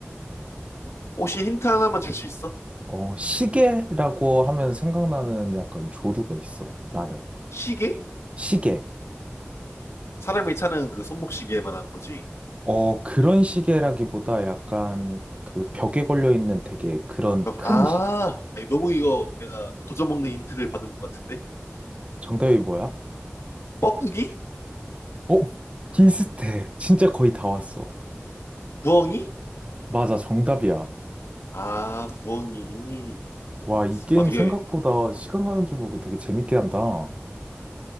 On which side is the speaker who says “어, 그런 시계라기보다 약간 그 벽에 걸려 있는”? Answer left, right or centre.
Right